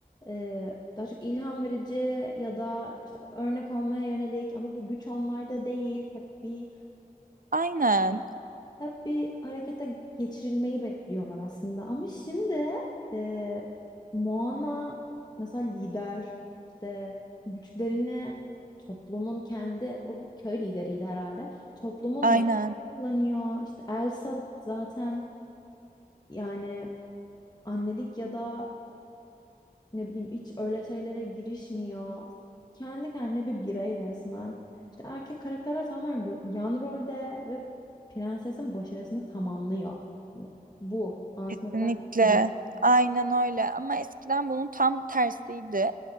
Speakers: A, on the left; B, on the right.
A: e, daha çok ilham verici ya da işte örnek olmaya yönelik ama bu güç onlarda değil. Hep bir
B: Aynen,
A: hep bir harekete geçirilmeyi bekliyorlar aslında. Ama şimdi e, Moana mesela lider işte güçlerini toplumun kendi o köy lideriydi herhalde. Toplumun
B: aynen.
A: yani kullanıyor. İşte Elsa zaten yani annelik ya da ne bileyim hiç öyle şeylere girişmiyor. Kendi kendine bir birey resmen. İşte erkek karakterler tamamen ro- yan rolde ve prensesin başarısını tamamlıyor. Yani bu anlatmaktan
B: Kesinlikle.
A: tam bu.
B: Aynen öyle. Ama eskiden bunun tam tersiydi.